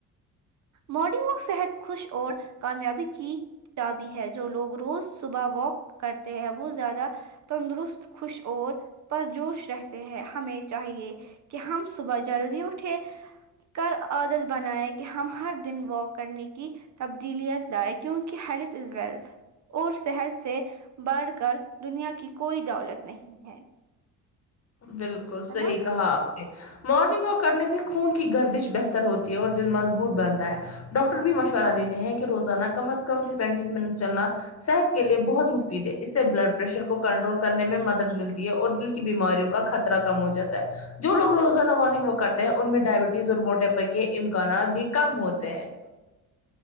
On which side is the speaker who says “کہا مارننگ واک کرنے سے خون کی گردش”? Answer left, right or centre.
Left